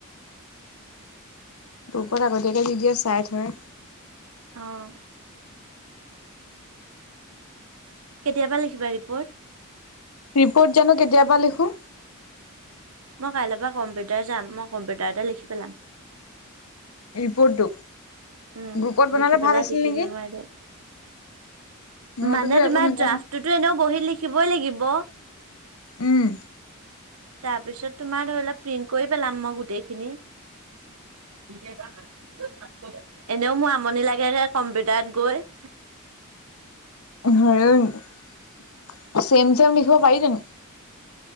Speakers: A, on the left; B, on the right.
A: গ্ৰুপত আগতীয়াকে দি দে চাই থয়।
B: অ'। কেতিয়াবা লিখিবা ৰিপ'ৰ্ট।
A: ৰিপ'ৰ্ট জানো কেতিয়াবা লিখো।
B: মই কাইলৈৰ পৰা কম্পিউটাৰ যাম। মই কম্পিউটাৰতে লিখি পেলাম।
A: ৰিপৰ্টটো
B: উম
A: গ্ৰুপত বনালে
B: লিখি পেলাই
A: ভাল আছিল
B: ডিটিপি
A: নেকি
B: মাৰি দে।
A: মইতোতো
B: মানে তোমাৰ
A: একো নাজানো
B: ড্ৰাফটোতো এনেও বহিত লিখিবই লাগিব।
A: উম।
B: তাৰ পিছত তোমাৰ ধৰিলা প্ৰিন্ট কৰি পেলাম মই গোটেইখিনি। <unintelligible> এনেও মোৰ আমনি লাগে ৰে কম্পিউটাৰত গৈ। <inaudible>
A: আৰু চেম চেম লিখিব পাৰি জানো।